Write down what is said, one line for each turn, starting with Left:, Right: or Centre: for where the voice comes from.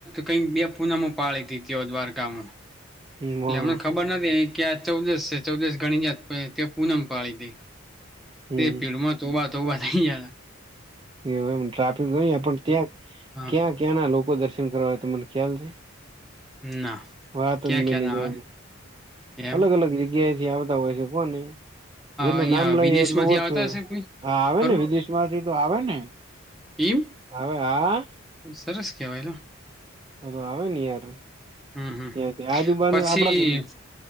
Centre: કઈક બે પૂનામો પાળી હતી દ્વારકામાં
Right: હમ
Centre: એટલે હમને ખબર નથી કે આ ચૌદશ છે ચૌદશ ઘણી જાત ત્યાં પૂનમ પાળી દેય
Right: હમ
Centre: તે પીળમાં તોબા તોબા થઈ જાય
Right: એ એમ ટ્રાફિક નય પણ ત્યાં
Centre: હા
Right: ક્યાં ક્યાં ના લોકો દર્શન કરવા તો મને ખ્યાલ છે
Centre: ના
Right: વાત
Centre: ક્યાં
Right: <unintelligible>
Centre: ક્યાં ના આવે એમ
Right: અલગ અલગ જગ્યાથી આવતા હોય છે કોને જેટલું
Centre: અહિયાં
Right: નામ લઈ
Centre: વિદેશ
Right: એટલું
Centre: માંથી
Right: ઓછું
Centre: આવતા હશે કોઈ
Right: આ આવે
Centre: ખરું
Right: ને વિદેશ માંથી તો આવે ને
Centre: એમ
Right: આવે હા હા
Centre: સરસ <unintelligible>
Right: આવે ને યાર
Centre: હમ હમ
Right: ત્યાથી આજુબાજુ
Centre: પછી
Right: <unintelligible>